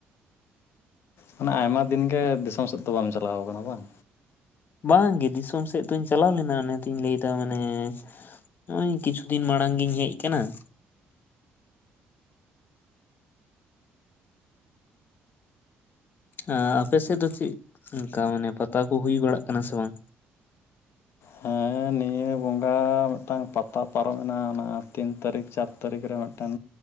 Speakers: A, on the left; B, on the left.
A: ᱢᱟᱱᱮ ᱟᱭᱢᱟ ᱫᱤᱱ ᱜᱮ ᱫᱤᱥᱚᱢ ᱥᱮᱫ ᱫᱚ ᱵᱟᱢ ᱪᱟᱞᱟᱣ ᱠᱟᱱᱟ ᱵᱟᱝ
B: ᱵᱟᱝᱜᱮ ᱫᱤᱥᱚᱢ ᱥᱮᱫ ᱫᱚᱧ ᱪᱟᱞᱟᱣ ᱞᱮᱱᱟ ᱚᱱᱟᱛᱤᱧ ᱞᱟᱹᱭᱫᱟ ᱢᱟᱱᱮ ᱱᱚᱜᱼᱚᱭ ᱠᱤᱪᱷᱩ ᱫᱤᱱ ᱢᱟᱲᱟᱝ ᱜᱤᱧ ᱦᱮᱡ ᱟᱠᱟᱱᱟ। ᱟᱸ ᱟᱯᱮ ᱥᱮᱫ ᱫᱚ ᱪᱮᱫ ᱚᱱᱠᱟ ᱢᱟᱱᱮ ᱯᱟᱛᱟ ᱠᱚ ᱦᱩᱭ ᱵᱟᱲᱟᱜ ᱠᱟᱱᱟ ᱥᱮ ᱵᱟᱝ?
A: ᱦᱮᱸ ᱱᱤᱭᱟᱹ ᱵᱚᱸᱜᱟ ᱢᱤᱫᱴᱟᱝ ᱯᱟᱛᱟ ᱯᱟᱨᱚᱢᱮ ᱮᱱᱟ ᱚᱱᱟ ᱛᱤᱱ ᱛᱟᱹᱨᱤᱠᱷ ᱪᱟᱨ ᱛᱟᱹᱨᱤᱠᱷ ᱨᱮ ᱢᱤᱫᱴᱮᱱ